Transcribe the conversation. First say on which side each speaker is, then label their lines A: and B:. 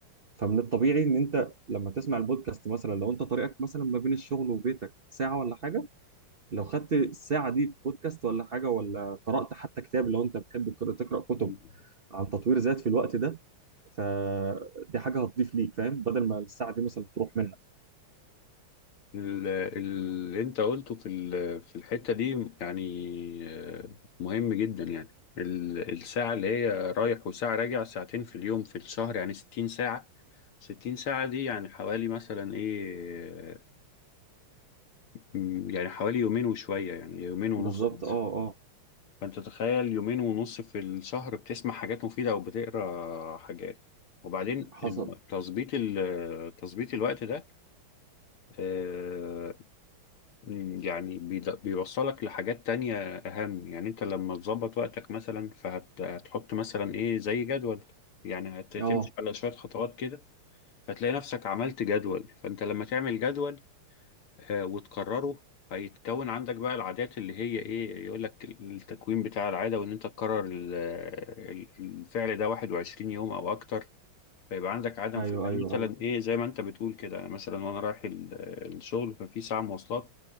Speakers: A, on the right; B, on the left.
A: فمن الطبيعي ان انت لما تسمع البودكاست مثلا لو انت طريقك مثلا ما بين الشغل وبيتك ساعه ولا حاجه لو خدت الساعة دي في بودكاست ولا حاجة ولا قرأت حتى كتاب لو أنت بتحب القراءة- تقرأ كتب
B: مم.
A: عن تطوير ذات في الوقت ده فدي حاجة هتضيف ليك فاهم بدل ما الساعة دي مثلا تروح منك
B: ال- اللي انت قلته في ال- في الحتة دي يعني آه، مهم جدا يعني ال- الساعة اللي هي رايح وساعة راجع ساعتين في اليوم في الشهر يعني 60 ساعة 60 ساعة دي يعني حوالي مثلا ايه آه، م- يعني حوالي يومين وشوية يعني يومين ونص
A: بالظبط
B: مثلا.
A: اه اه
B: فانت تخيل يومين ونص في الشهر بتسمع حاجات مفيدة او بتقرا حاجات وبعدين
A: حصل
B: تظبيط ال- تظبيط الوقت ده آه، مم، يعني بيد- بيوصلك لحاجات تانية أهم يعني أنت لما تظبط وقتك مثلا فهتحط مثلا إيه زي جدول يعني هتمشي
A: اه
B: على شوية خطوات كده فتلاقي نفسك عملت جدول فأنت لما تعمل جدول آه، وتكرره هيتكون عندك بقى العادات اللي هي إيه يقولك التكوين بتاع العادة وإن أنت تكرر ال- ال- الفعل ده 21 يوم أو أكتر فيبقى عندك عدم
A: ايوه
B: في يعني
A: ايوه
B: مثلا
A: ايوه
B: ايه زي ما انت بتقول كده يعني مثلا وانا رايح ال- الشغل ففي ساعه مواصلات